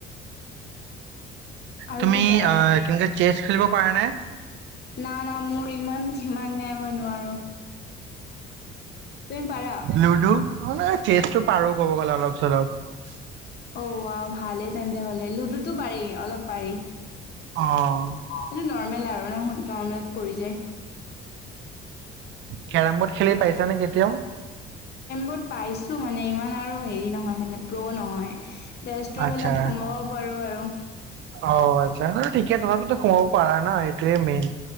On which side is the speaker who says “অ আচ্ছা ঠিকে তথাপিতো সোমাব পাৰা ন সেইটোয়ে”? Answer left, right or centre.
Right